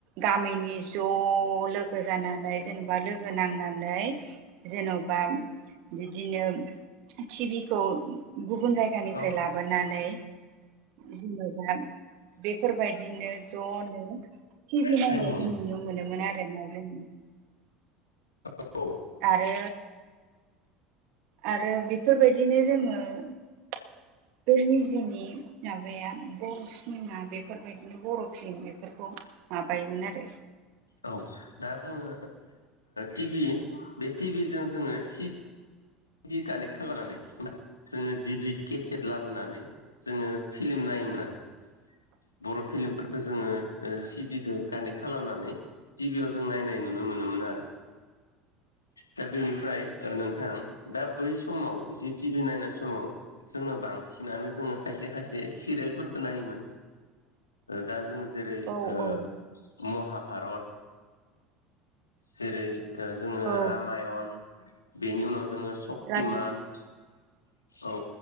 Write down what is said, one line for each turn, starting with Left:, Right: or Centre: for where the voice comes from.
Right: गामिनि ज' लोगो जानानै जेनेबा लोगो नांनानै जेन'बा बिदिनो टि भि खौ गुबुन जायगानिफ्राय
Left: औ
Right: लाबोनानै जेनेबा बेफोरबायदिनो ज'नो टि भि नायनायखौ
Left: थायो न'आवनो
Right: नुनो मोनोमोन आरोना जों।
Left: औ
Right: आरो आरो बेफोरबायदिनो जोङो <inaudible> बे निजिनि माबाया बर' सिनेमा बेफोरबायदिनो बर' फिल्म बेफोरखौ माबायोमोन आरो।
Left: औ दा जोङो टि भि बे टि भि जों जोङो सि दि कानेक्ट खालामनानै जोङो दि भि डि केसेट लाबोनानै जोङो फिल्म नायोमोन आरो बर' फिल्मफोरखौ जोङो ओ सि डि जों कानेक्ट खालामनानै टि भि याव जों नायनाय नु नुनो मोनोमोन आरो दा बेनिफ्राय नोंथां दा बै समाव जि टि भि नायनाय समाव जोङो बांसिनानो जोङो खायसे खायसे सि रियेलफोरखौ नायोमोन दा जोङो जेरै
Right: औ
Left: ओ
Right: औ
Left: महाभारत जेरै जोङो रामायण
Right: औ
Left: बेनि उनाव जोङो सक्तिमान
Right: राधा
Left: औ